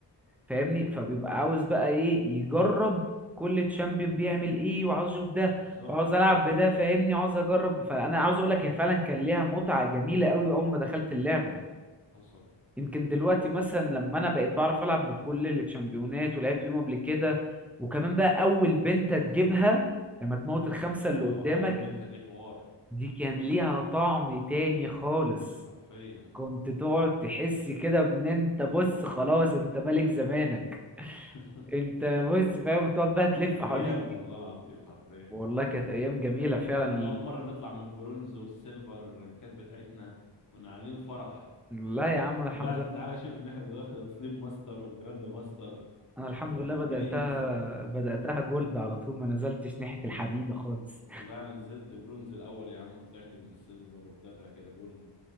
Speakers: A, in the centre; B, on the left.
A: فاهمني فبيبقى عاوز بقى ايه يجرب كل تشامبيون بيعمل ايه وعاوز اشوف ده
B: بالظبط
A: وعاوز العب بده فاهمني عاوز اجرب فانا عاوز اقول لك هي فعلا كان ليها متعة جميلة قوي اول ما دخلت اللعبة
B: حصل
A: يمكن دلوقتي مثلا لما انا بقيت بعرف العب بكل التشامبيونات ولعبت بيهم قبل كده وكمان بقى اول بنت تجيبها لما تموت الخمسة
B: اه
A: اللي قدامك
B: اول بنت دي حوار
A: دي كان ليها طعم تاني خالص
B: حرفيا
A: كنت تقعد تحس كده ان انت بص خلاص انت ملك زمانك
B: <laughs>
A: انت بص فاهم تقعد بقى تلف
B: كانت ايام
A: حوالين الج-
B: والله العظيم حرفيا
A: والله كانت ايام جميله فعلا
B: لما كنا اول مره نطلع من البرونز والسيلفر الرنكات بتاعتنا كنا عاملين فرح
A: لا يا عم أنا الحمد
B: دلوقتي
A: لله
B: تعالى شوف ان احنا دلوقتي واصلين ماستر وجراند ماستر
A: انا الحمد
B: والدنيا
A: لله بداتها
B: ايزي
A: بداتها جولد على طول ما نزلتش ناحيه الحديده خالص
B: لا انا نزلت برونز الاول يا عم وطلعت من السيلفر وطلعت بعد كده جولد